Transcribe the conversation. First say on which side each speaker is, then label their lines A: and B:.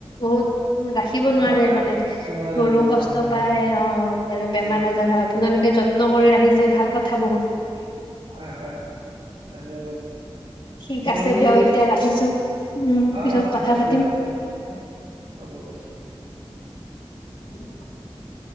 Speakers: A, on the left; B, on the right.
A: বহুত। ৰাখিব নোৱাৰে
B: নাথাকে
A: মানে
B: নোৱাৰে
A: গৰুও
B: নোৱাৰে
A: কষ্ট
B: নোৱাৰে
A: পায় অ বেমাৰ
B: অ'
A: আজাৰ হয়, আপোনালোকে যত্ন কৰি ৰাখি। ৰাখিছে ভাল কথা বহুত।
B: হয় হয় হয় দিয়ক বাইদেউ,
A: ঠিক
B: মই
A: আছে দিয়ক
B: এই
A: এতিয়া ৰাখিছো উম
B: অ
A: পিছত
B: অ
A: কথা পাতিম
B: দিয়ক বাইদেউ উম উম উম হ'ব বাৰু।
A: <unintelligible>